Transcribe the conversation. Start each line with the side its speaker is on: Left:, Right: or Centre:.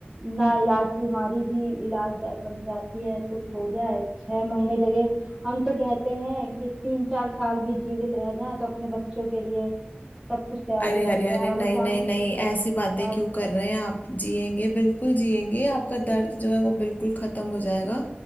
Right: ना इलाज बीमारी भी इलाज दर बन जाती है कुछ हो जाए छह महीने जगह हम तो कहते हैं कि तीन चार साल भी जीवित रह जाए तो अपने बच्चों के लिए सब कुछ तैयारी
Left: अरे
Right: कर
Left: अरे
Right: जाए
Left: अरे
Right: अब
Left: नहीं
Right: अचानक
Left: नहीं नहीं
Right: से
Left: ऐसी
Right: क्या
Left: बातें क्यों
Right: ही करें
Left: कर रहे हैं आप जिएंगे बिल्कुल जिएंगे आपका दर्द जो है वो बिल्कुल खत्म हो जाएगा